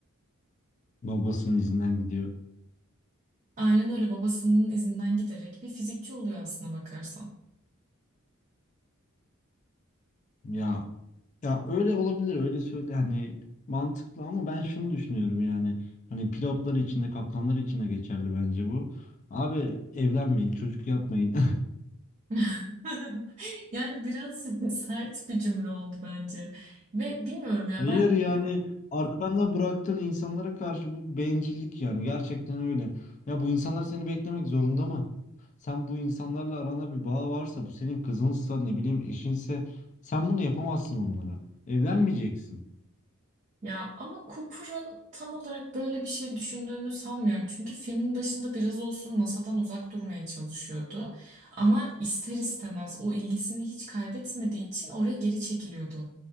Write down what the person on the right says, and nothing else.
Aynen öyle babasının izinden giderek bir fizikçi oluyor aslına bakarsan.
<laughs> Yani biraz <laughs> sert bir cümle oldu bence. Ve bilmiyorum
ya
Ya ama Cooper'ın tam olarak böyle bir şey düşündüğünü sanmıyorum. Çünkü filmin başında biraz olsun masadan uzak durmaya çalışıyordu. Ama ister istemez o ilgisini hiç kaybetmediği için oraya geri çekiliyordu.